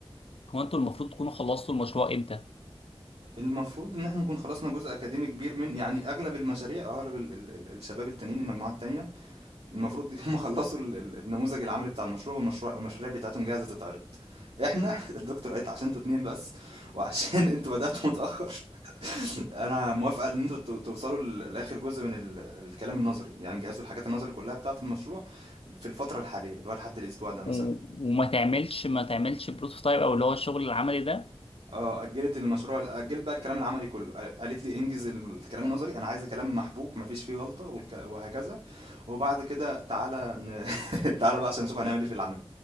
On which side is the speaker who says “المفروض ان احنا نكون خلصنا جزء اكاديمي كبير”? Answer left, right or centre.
Right